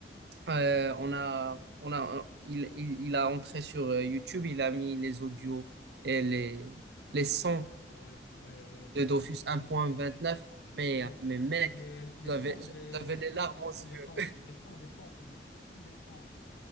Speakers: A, on the right; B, on the left.
A: Euh, on a, on a, il, il, il a entré sur euh, YouTube, il a mis les audios et les, les sons
B: Ouais, ouais, ouais.
A: de
B: Aïe,
A: Dofus 1.29.
B: aïe, aïe, aïe, aïe.
A: Mais,
B: Le-
A: mais mec,
B: Les, les,
A: j'avais,
B: sons, les,
A: j'avais
B: les,
A: les
B: sons,
A: larmes
B: les sons
A: aux yeux.
B: des temples, les sons des temples, mec, les sons des temples.